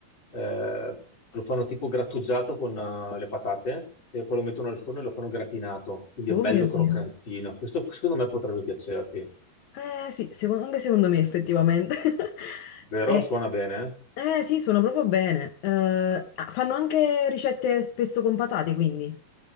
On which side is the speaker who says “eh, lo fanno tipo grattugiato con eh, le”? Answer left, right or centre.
Left